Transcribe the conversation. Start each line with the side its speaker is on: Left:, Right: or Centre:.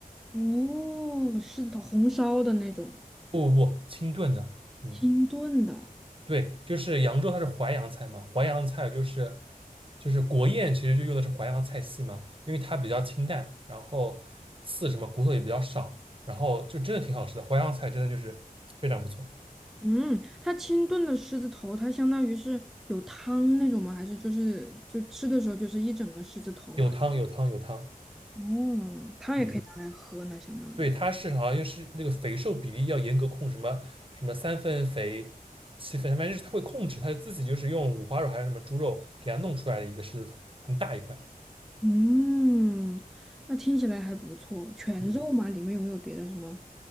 Centre: 哦，是的，红烧的那种，
Right: 不不不，清炖的。嗯。
Centre: 清炖的。
Right: 对，就是扬州它是淮扬菜嘛，淮扬菜就是就是国宴，其实就用的是淮扬菜系嘛，因为它比较清淡，然后刺什么骨头也比较少，然后就真的挺好吃的，淮扬菜真的就是非常不错，
Centre: 嗯，它清炖的狮子头，它相当于是有汤那种吗？还是就是就吃的时候就是一整个狮子头而已
Right: 有汤有汤有汤，
Centre: 哦，汤也可以拿来喝呢，
Right: 嗯，
Centre: 相当于。
Right: 对，它是好像又是那个肥瘦比例要严格控，什么什么三分肥七分，反正就是它会控制，它自己就是用五花肉还是什么猪肉给它弄出来的一个狮子头，很大一块，
Centre: 嗯，那听起来还不错。全肉吗？
Right: 嗯，
Centre: 里面有没有别的什么